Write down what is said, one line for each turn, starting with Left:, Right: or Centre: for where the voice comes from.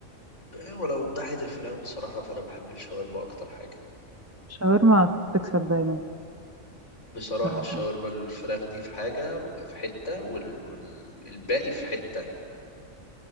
Left: يعني ولو من ناحية الفراخ بصراحة فأنا بحب الشاورما أكتر حاجة
Right: شاورما تكسب دايما
Left: بصراحة
Right: بصراحة
Left: الشاورما
Right: يعني.
Left: الفراخ دي في حاجة في حتة والباقي وال... وال- الباقي في حتة